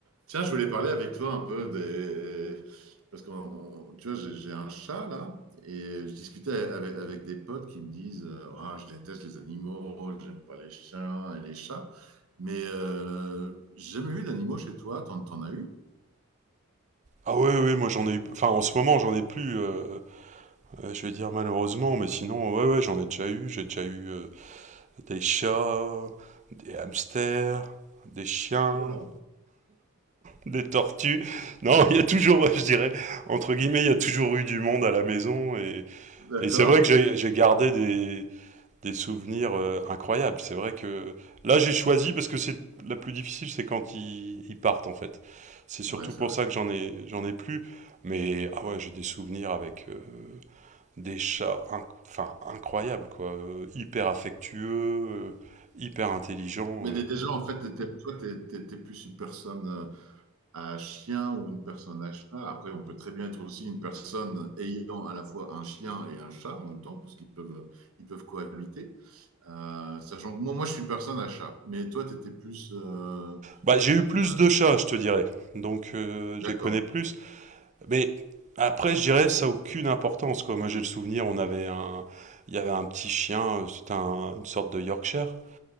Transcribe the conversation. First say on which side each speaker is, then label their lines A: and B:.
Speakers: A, on the right; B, on the right.
A: Tiens, je voulais parler avec toi un peu des... Parce que tu vois, j'ai j'ai un chat là, et je discutais avec, avec des potes qui me disent euh, Ah, Je déteste les animaux, j'aime pas les chiens et les chats. Mais euh, j'ai jamais vu d'animaux chez toi, t'en, t'en as eu?
B: Ah ouais, ouais, moi j'en ai eu. Enfin, en ce moment, j'en ai plus. euh, euh, je vais dire malheureusement, mais sinon, ouais, ouais, j'en ai déjà eu. J'ai déjà eu euh, des chats, des hamsters, des chiens,
A: Voilà.
B: des tortues. Non, il y a toujours, je dirais, entre guillemets, il y a toujours eu du monde à la maison. Et,
A: D'accord.
B: et c'est vrai que j'ai j'ai gardé des, des souvenirs euh, incroyables. C'est vrai que là j'ai choisi parce que c'est la plus difficile, c'est quand ils, ils partent en fait. C'est surtout
A: Ouais, c'est
B: pour
A: vrai.
B: ça que j'en ai j'en ai plus. Mais ah ouais, j'ai des souvenirs avec euh, des chats, inc- enfin incroyables quoi, Euh, hyper affectueux, euh, hyper intelligents.
A: Mais dé-
B: euh.
A: déjà, en fait, t'étais- toi, t'es t'es- t'es plus une personne. euh, à chien ou une personne à chat. Après, on peut très bien être aussi une personne ayant à la fois un chien et un chat en même temps, parce qu'ils peuvent, ils peuvent cohabiter. Euh, sachant que moi, moi, je suis une personne à chat, mais toi, tu étais plus... euh,
B: Bah j'ai eu plus
A: personne
B: de
A: à chat.
B: chats, je te dirais. Donc euh,
A: D'accord,
B: je les connais plus. Mais après, je dirais ça a aucune importance quoi. Moi j'ai le souvenir, on avait un, il y avait un petit chien, euh, c'était un- une sorte de Yorkshire.